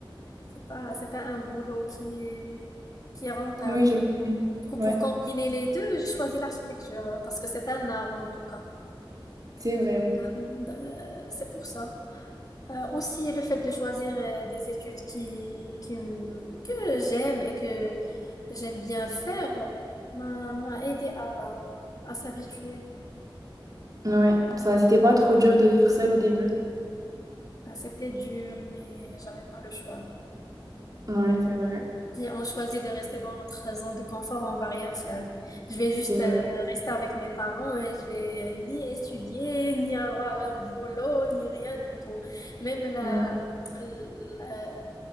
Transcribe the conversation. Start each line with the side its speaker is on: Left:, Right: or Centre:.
Left: C'est pas, c'est pas un boulot qui est, qui est rentable.
Right: Oui, j'ai compris.
Left: Du coup,
Right: Ouais,
Left: pour combiner les deux, j'ai choisi l'architecture, parce que c'est un art en tout cas.
Right: c'est vrai, oui.
Left: Euh, C'est pour ça. Euh, aussi, le fait de choisir euh, des études qui, qui, m- que j'aime et que j'aime bien faire euh, m'a, m'a aidé à, à s'habituer.
Right: Ouais, ça, c'était pas trop dur de vivre seul au début.
Left: Euh, C'était dur, mais j'avais pas le choix là.
Right: Ouais, c'est vrai.
Left: Si on choisit de rester dans notre zone de confort, on va rien faire. Je vais juste
Right: C'est
Left: euh,
Right: vrai.
Left: rester avec mes parents et je vais ni étudier, ni avoir un boulot, ni rien du tout. Même la,
Right: Ouais.
Left: la-